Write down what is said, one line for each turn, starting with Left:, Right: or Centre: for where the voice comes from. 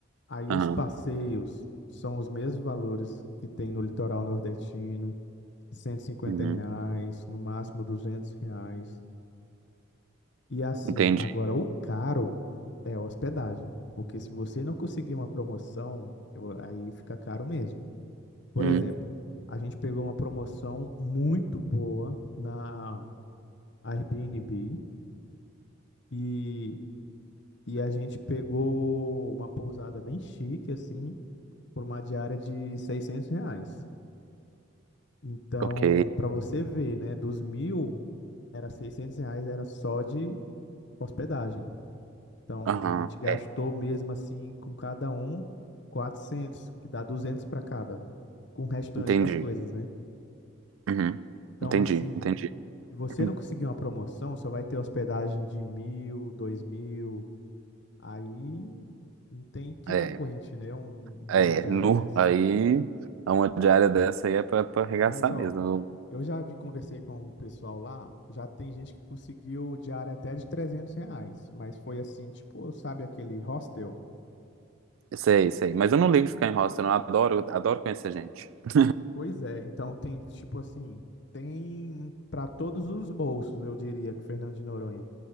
Left: Aí
Right: Aham.
Left: os passeios são os mesmos valores que tem no litoral nordestino, cento e cinquenta
Right: Uhum.
Left: reais, no máximo 200 reais. E assim,
Right: Entendi.
Left: agora o caro é a hospedagem. Porque se você não conseguir uma promoção, eu- aí fica caro mesmo. Por
Right: Uhum.
Left: exemplo, a gente pegou uma promoção muito boa na Airbnb E, e a gente pegou uma pousada bem chique, assim, por uma diária de 600 reais. Então,
Right: Ok.
Left: para você ver, né, dos mil, era 600 reais, era só de hospedagem. Então,
Right: Aham.
Left: a gente gastou
Right: É.
Left: mesmo assim, com cada um, 400 que dá 200 para cada, com o restante
Right: Entendi.
Left: das coisas, né?
Right: Uhum.
Left: Então,
Right: Entendi,
Left: assim,
Right: entendi.
Left: se você
Right: Uhum.
Left: não conseguir uma promoção, só vai ter hospedagem de mil, dois mil Aí não tem quem
Right: É,
Left: aguente, né? um-
Right: é,
Left: uma diária
Right: nu.
Left: dessa.
Right: Aí, a uma diária dessa aí é pra, pra arregaçar
Left: Mas, ó,
Right: mesmo.
Left: eu já vi, conversei com o pessoal lá, já tem gente que conseguiu diária até de 300 reais. Mas foi assim, tipo, sabe aquele hostel?
Right: Eu sei, sei. Mas eu não ligo de ficar em hostel, não. Eu Adoro, adoro conhecer gente. <laughs>
Left: Pois é, então tem, tipo assim, tem para todos os bolsos, eu diria, que Fernando de Noronha.